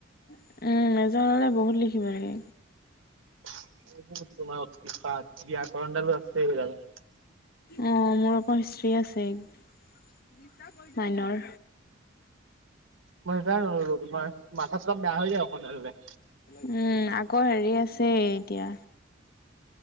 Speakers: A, on the left; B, on the right.
A: উম, মেজৰ হ'লে বহুত লিখিব লাগে।
B: <unintelligible> তোমাৰ <unintelligible> ব্যাকৰণডালো আছে আৰু।
A: অ', মোৰ আকৌ হিষ্ট্ৰী আছে মাইনৰ।
B: মই কাই নল'লো তোমাৰ মাথা চাথা বেয়া হৈ যায় অসমীয়া ল'লে।
A: উম, আকৌ হেৰি আছে এতিয়া।